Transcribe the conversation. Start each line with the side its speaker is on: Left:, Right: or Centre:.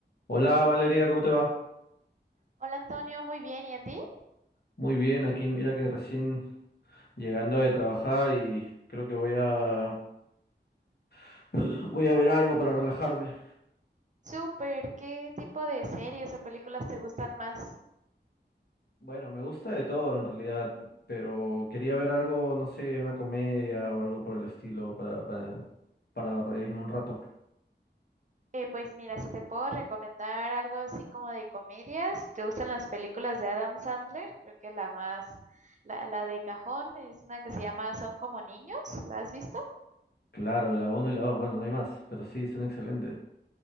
Left: Hola Valeria, ¿cómo te va?
Right: Hola Antonio, muy bien, ¿y a ti?
Left: Muy bien, aquí mira que recién llegando de trabajar y creo que voy a <clears throat> voy a ver algo para relajarme.
Right: Súper, ¿qué tipo de series o películas te gustan más?
Left: Bueno, me gusta de todo en realidad, pero quería ver algo, no sé, una comedia o algo por el estilo para para, para reírme un rato.
Right: Eh, pues mira, si te puedo recomendar algo así como de comedias, si te gustan las películas de Adam Sandler, creo que la más, la, la de cajón es una que se llama Son como niños, ¿la has visto?
Left: Claro, la uno y la dos. bueno, no hay más, pero sí, son excelentes.